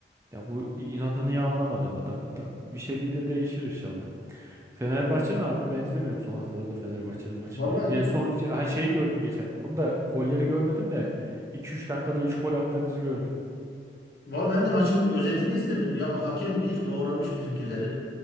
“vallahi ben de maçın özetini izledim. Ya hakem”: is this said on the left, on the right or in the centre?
Left